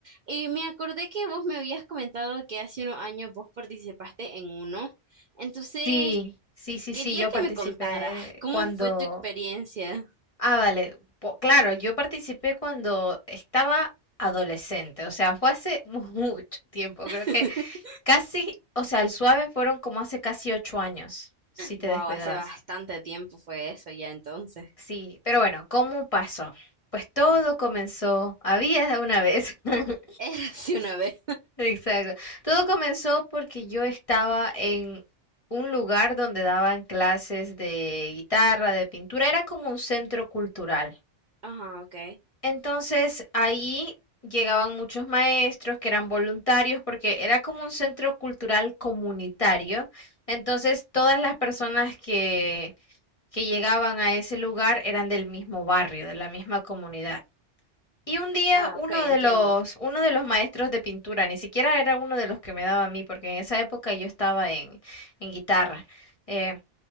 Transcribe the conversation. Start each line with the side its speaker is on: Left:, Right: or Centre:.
Right: Y me acordé que vos me habías comentado que hace unos años vos participaste en uno. Entonces,
Left: Sí, sí, sí,
Right: quería
Left: sí, yo
Right: que
Left: participé
Right: me contaras cómo
Left: cuando...
Right: fue tu experiencia.
Left: Ah, vale, po- claro, yo participé cuando estaba adolescente, o sea, fue hace <laughs> mucho tiempo,
Right: <laughs>
Left: creo que casi, o sea, el suave fueron como hace casi ocho años, si te
Right: Wow,
Left: descuidabas.
Right: hace bastante tiempo fue eso ya entonces.
Left: Sí, pero bueno, ¿cómo pasó? Pues todo comenzó, había una vez. <laughs>
Right: <laughs> Era así una vez.
Left: Exacto. Todo comenzó porque yo estaba en un lugar donde daban clases de guitarra, de pintura, era como un centro cultural.
Right: Ajá, ok.
Left: Entonces ahí llegaban muchos maestros que eran voluntarios porque era como un centro cultural comunitario. Entonces todas las personas que, que llegaban a ese lugar eran del mismo barrio, de la misma comunidad. Y un día
Right: Ah,
Left: uno
Right: ok,
Left: de
Right: entiendo.
Left: los, uno de los maestros de pintura, ni siquiera era uno de los que me daba a mí, porque en esa época yo estaba en, en guitarra. eh,